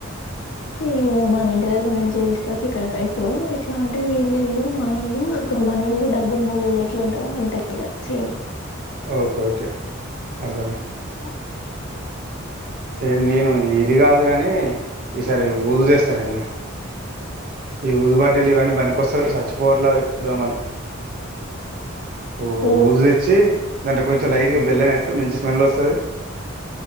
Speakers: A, on the left; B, on the right.
A: ఈ మన ఇంటి దగ్గర నుంచి తీసుకవచ్చి ఇక్కడ ఎప్పుడు ఎట్లా, అంటే వీల్లు ఇల్లు మా ఇల్లు ఇప్పుడు మన ఇల్లు డబ్బుమ్మి ఇల్లు ఎట్లుంటందో అంతే ఇగ సేమ్.
B: ఓకే ఓకే అర్థమైంది
A: ఇట్లా
B: ఎ నేను ఇది గాదు గాని ఈసారి ఊదుదేస్తా, నేను ఇగ ఈ ఊదు బాటిల్ ఇవన్నీ బనికొస్తలేవు, సచ్చిపోవట్ల అవి దోమలు. ఓ ఒ
A: ఊ
B: ఊదుదెచ్చి దాంట్ల కొంచం లైట్ గా బెల్లం వేస్తె మంచి స్మెల్ వస్తది